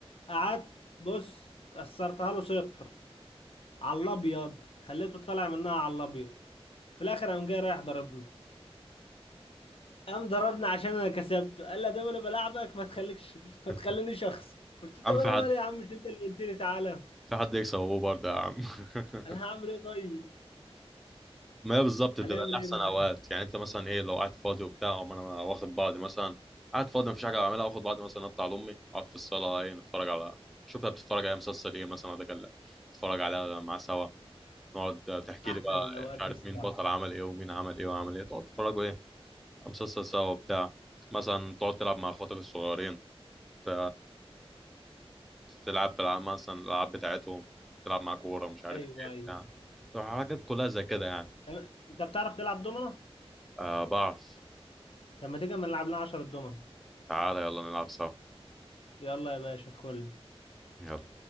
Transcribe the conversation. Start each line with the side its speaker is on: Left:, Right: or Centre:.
Left: قعدت بص خسرتها له صفر على الابيض خليته طالع منها على الابيض في الاخر قام جاي رايح ضربني قام ضربني عشان انا كسبته قال لا دام انا بلاعبك ما تخليكش ما
Centre: <laughs>
Left: تخلينيش شخص قلت له طب
Centre: عم في
Left: انا
Centre: حد
Left: مالي يا عم مش انت اللي قلت لي تعالى
Centre: عشان حد يكسب ابوه برضه يا عم <laughs>
Left: انا هعمل ايه طيب
Centre: ما هي بالظبط بتبقى
Left: هنعمل
Centre: احسن
Left: ايه بقى
Centre: اوقات يعني انت مثلا ايه لو قاعد فاضي وبتاع أقوم انا واخد بعضي مثلا قاعد فاضي مفيش حاجه اعملها واخد بعضي مثلا اطلع لامي اقعد في الصاله ايه نتفرج على شوفها بتتفرج على مسلسل ايه مثلا ده كان نتفرج عليها مع سوا نقعد تحكي
Left: احسن
Centre: لي بقى
Left: الاوقات
Centre: مش
Left: دي
Centre: عارف
Left: الصراحه
Centre: مين بطل عمل ايه ومين عمل ايه وعمل ايه تقعد تتفرجوا ايه على مسلسل سوا وبتاع مثلا تقعد تلعب مع اخواتك الصغيرين ت... تلعب في العاب مثلا الالعاب بتاعتهم تلعب مع كوره مش عارف
Left: ايوه
Centre: ايه
Left: ايوه
Centre: بتاع تبقى حاجات كلها زي كده يعني
Left: طب- انت بتعرف تلعب دومنه
Centre: آه بعرف
Left: طب ما تيجي اما نلعب لنا 10 دومنه
Centre: تعالى يلا نلعب سوا
Left: يلا يا باشا ادخل لي.
Centre: يلا